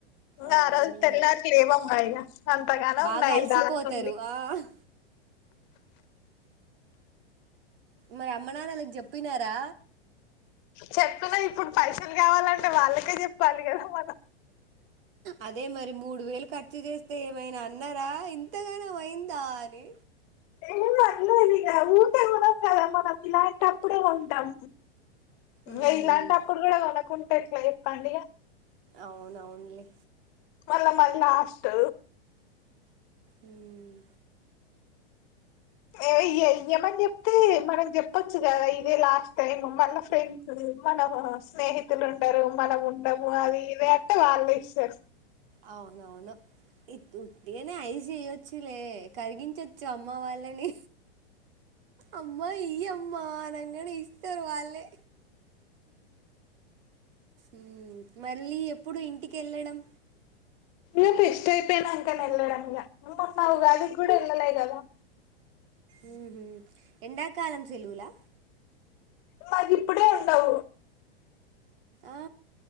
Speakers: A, on the left (about 45°); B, on the right (about 60°).
A: ఇంకారోజు
B: అవునులే
A: తినడానికి లేద నోలుగుచ్ అంతగాన
B: బాగా
A: ఉన్నాయి
B: అలసిపోతారు
A: దకుండి
B: ఆ మరి అమ్మ నాన్నలకి చెప్పినారా
A: చెప్పిన ఇప్పుడు పైసలు కావాలంటే వాళ్ళకే చెప్పాలి కదా మనం
B: అదే మరి మూడు వేలు ఖర్చు చేస్తే ఏమైనా అన్నారా ఇంతగాన అయింద అని
A: ఏం అనలేదు ఇ ఊటే ఉన్నాం కదా మనం ఇలాంటప్పుడే కొంటాము
B: మ్మ్.
A: మ ఇలాంటి అప్పుడు కూడా అనకు ట్లాయి పడియా
B: అవునవునులే
A: మళ్ళా మళ్ళ లాస్ట్
B: హ్మ్
A: ఏ ఇయ్యమని చెప్తే మనం చెప్పచ్చు కదా ఇదే లాస్ట్ టైం మళ్ళ ఫ్రెండ్స్ మన స్నేహితులు ఉండరు మనం ఉండము అది ఇదే అంటే వాలే ఇస్తారు
B: అవునవును ఉట్గానే ఐస్ చేయ్యొచ్చులే కరిగించచ్చు అమ్మ వాళ్ళని అమ్మా ఈ అమ్మ అనగానే ఇస్తారు వాళ్ళే ఉ మళ్ళీ ఎప్పుడు ఇంటికి వెళ్ళడం
A: ఇప్ప ఇష్ట అయిపోయినా అంక న ఎల్లడంలా మెకట్లా కూడా ఎల్లా ఇా
B: ఉహు ఎండకాలం సెలవులా
A: మాకు ఇప్పుడే ఉండవు
B: ఆ,